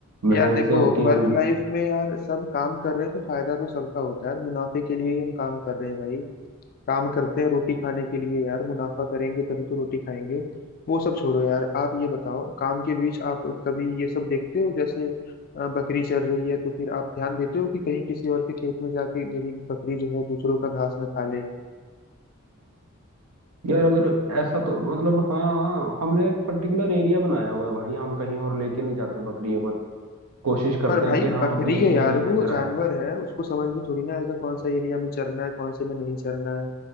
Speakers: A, on the right; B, on the left.
A: भैंसें
B: यार देखो
A: होती हैं
B: वर्क
A: वो
B: लाइफ में यार सब काम कर रहे हैं तो फायदा तो सबका होता है यार मुनाफे के लिए ही हम काम कर रहे हैं भाई काम करते हैं रोटी खाने के लिए यार मुनाफा करेंगे तभी तो रोटी खाएंगे वो सब छोड़ो यार आप ये बताओ काम के बीच आप कभी ये सब देखते हो जैसे अ, बकरी चर रही है तो फिर आप ध्यान देते हो कि कहीं किसी और के खेत में जाके मेरी बकरी जो है दूसरों का घास ना खा ले
A: यार अगर ऐसा तो मतलब हाँ हमने एक पर्टिकुलर एरिया बनाया हुआ है भाई हम कहीं और लेके नहीं जाते बकरियों को कोशिश करते
B: पर भाई
A: हैं कि हम
B: बकरी
A: अपने
B: है
A: ही
B: यार
A: एरिया में
B: वो
A: चराएं
B: जानवर है उसको समझ में थोड़ी ना आएगा कौन सा एरिया में चरना है कौन से में नहीं चरना है